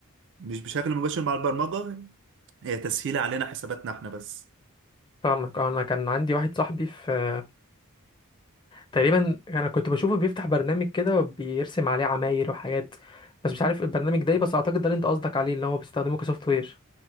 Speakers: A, on the right; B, on the left.
A: مش بشكل مباشر مع البرمجة هي تسهيل علينا حساباتنا احنا بس
B: فاهمك اه، انا كان عندي واحد صاحبي في تقريبا انا كنت بشوفه بيفتح برنامج كده وبيرسم عليه عماير وحاجات بس مش عارف البرنامج ده ايه بس اعتقد ده اللي انت قصدك عليه اللي هو بيستخدمه كسوفت وير